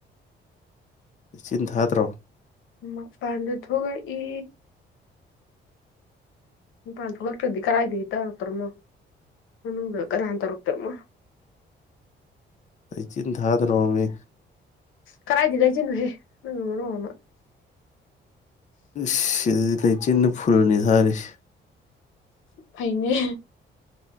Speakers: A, on the left; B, on the left.
A: ꯏꯆꯤꯟ ꯊꯥꯗ꯭ꯔꯣ
B: ꯃꯄꯥꯟꯗ ꯊꯣꯛꯒ ꯏ ꯄꯥꯟ ꯊꯣꯛꯂꯛꯇ꯭ꯔꯗꯤ ꯀꯗꯥꯥꯏꯗꯒꯤ ꯇꯧꯔꯛꯇꯣꯏꯣꯅꯣ ꯃꯅꯨꯡꯗ ꯀꯅꯥ ꯇꯧꯔꯛꯇ꯭ꯔꯅꯣ
A: ꯆꯤꯟ ꯊꯥꯗ ꯔꯣ ꯃꯤ
B: ꯀꯗꯥꯥꯏꯗꯤ ꯂꯩꯁꯤꯅꯨꯍꯦ ꯅ ꯃꯔꯣꯡ ꯑꯃ
A: ꯁꯤ ꯂꯩꯆꯤꯟꯅ ꯐꯨꯂꯅꯤ ꯁꯥꯔꯤꯁꯤ
B: ꯐꯩꯅꯦ